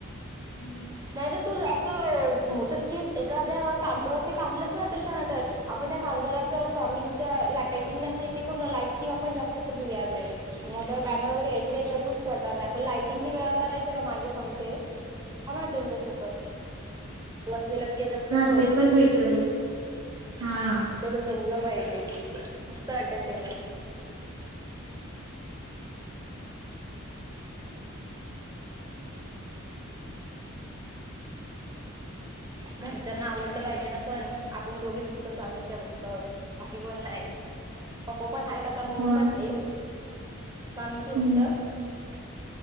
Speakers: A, on the right (about 15°); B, on the right (about 80°).
A: हम्म नाही तर तू असं मोठं स्केच एखाद्या कागदावरती काढलंस ना तर छान वाटल. आपण त्या कागदाला अस स्वामींच्या लाइटिंगने असं हे करू न लाईटिंग आपण जास्त घेऊ या वेळस. मोठं बॅनर वगैरे यायची काही गरजच पडणार नाही, आपण लायटिंग करायचं का मागे स्वामींच हे? छान वाटेल तसं पण, तो बसलेला स्केच असतो
B: हा
A: बघ,
B: ते पण बेटर आहे हा
A: ह तेवढं जमलं पाहिजे मस्त वाटेल ते पण, घरच्यांना आवडलं पाहिजे ना पण आपण दोघीच फक्त स्वामींच्या भक्त आहोत बाकी कोण नाही. पप्पा पण आहेत आता मम्मी
B: हो ना.
A: पण आहे स्वामींचे भक्त.
B: हम्म